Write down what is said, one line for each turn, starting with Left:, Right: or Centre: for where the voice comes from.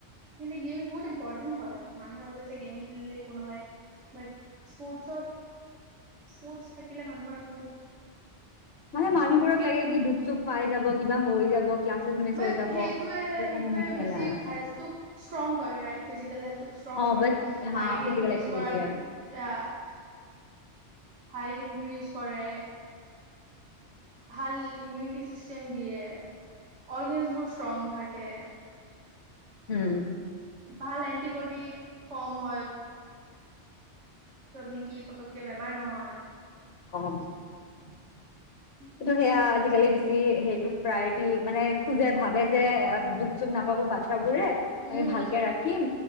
Right: কিন্তু গেমছ বহুত ইম্পৰ্টেন্ট হয় মানুহে ভাবে যে গেম খেলিলে একো নহয় বাট স্পৰ্টছত স্পৰ্টচ থাকিলে মানুহৰ বহুত
Left: মানে মানুহবোৰক লাগে কি দুখ চুখ পাই যাব কিবা হৈ যাব। ক্লাছেছ মিছ
Right: বাট
Left: হৈ যাব
Right: সেইটোৱে সেইটোৱে
Left: সেইটো কাৰণে নেখেলাই
Right: বেছি হেল্থটোক ষ্ট্ৰং কৰে ৰাইট। ফিজিকেল হেল্থটোক ষ্ট্ৰং
Left: অ'
Right: কৰে
Left: বাট হা
Right: হাইট
Left: ফিজিকেল
Right: ইনক্ৰিজ
Left: এক্টিভিটিয়ে
Right: কৰাত আহ হাইট ইনক্ৰিজ কৰে। ভাল ইমিউনিটি ছিষ্টেম দিয়ে অৰ্গেনছবোৰ ষ্ট্ৰং থাকে।
Left: হম।
Right: ভাল এন্টিবডি ফৰ্ম হয়। য'ত নেকি পতককে বেমাৰ নহয়।
Left: অ'। <unintelligible>
Right: <inaudible>
Left: কিন্তু
Right: আৰু
Left: সেয়া আজিকালি বি <unintelligible> সেইটোক প্ৰায়ৰিটি মানে খোজে ভাবে যে দুপ চুপ নাপাব বাচ্ছাবোৰে আমি
Right: উম
Left: ভালকে ৰাখিম